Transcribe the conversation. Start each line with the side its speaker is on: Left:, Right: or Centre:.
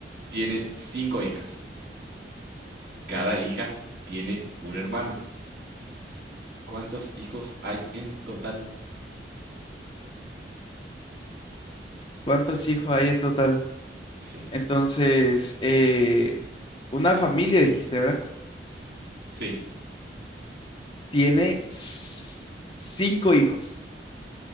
Right: tiene cinco hijas. Cada hija tiene un hermano. ¿Cuántos hijos hay en total?
Left: ¿cuántos hijos hay en total?
Right: Sí,
Left: Entonces, eh, una familia, dijiste, ¿verdad?
Right: sí,
Left: Tiene s- cinco hijos